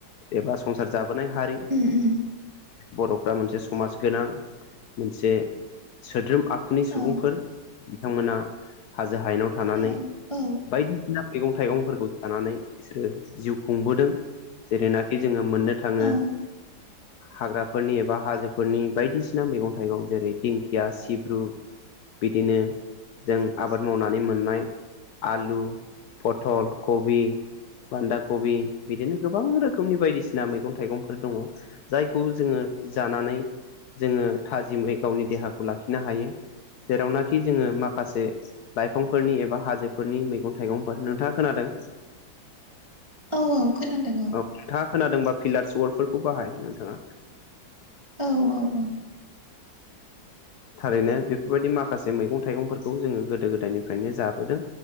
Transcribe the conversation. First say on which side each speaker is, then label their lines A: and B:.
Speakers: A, on the left; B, on the right.
A: एबा संसार जाबोनाय हारि
B: उम उम
A: बर'फ्रा मोनसे समाज गोनां मोनसे सोद्रोम आखुनि सुबुंफोर
B: औ
A: बिथांमोना हाजो हायेनाव थानानै
B: औ औ
A: बायदिसिना मैगं थाइगंफोरखौ जानानै बिसोरो जिउ खुंबोदों जेरैना जोङो मोननो थाङो
B: औ
A: हाग्राफोरनि एबा हाजोफोरनि बायदिसिना मैगं- थाइगं जेरै दिंखिया, सिब्रु बिदिनो जों आबाद मावनानै मोननाय आलु, पथल, कबि बान्दा कबि बिदिनो गोबां रोखोम रोखोमनि बायदिसिना मैगं - थाइगंफोर दङ जायखौ जोङो जानानै जोङो थाजिमै गावनि देहाखौ लाखिनो हायो। जेरावनाखि जोङो माखासे लाइफांफोरनि एबा हाजोफोरनि मैगं -थाइगंफोर नोंथाङा खोनादों?
B: औ औ खोनादों औ।
A: औ नोंथाङा खोनादोंबा फिलार्स वर्दफोरखौ बाहाय नोंथाङा।
B: औ औ औ।
A: थारैनो बेफोरबायदि माखासे मैगं - थाइगंफोरखौ जोङो गोदो - गोदायनिफ्रायनो जाबोदों।